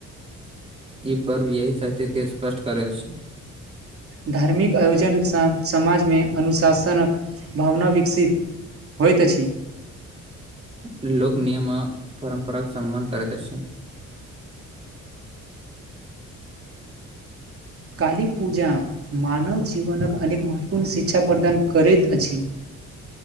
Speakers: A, on the right (about 20°); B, on the right (about 50°).
A: ई पर्व यही सत्य के स्पष्ट करलि अछि
B: धार्मिक आयोजन सँ समाज मे अनुशासनक भावना विकसित होइत अछि
A: लोक नियम आ परम्पराक सम्मान करति अछि
B: काली पूजा मानव जीवनक अनेक महत्वपूर्ण शिक्षा प्रदान करति अछि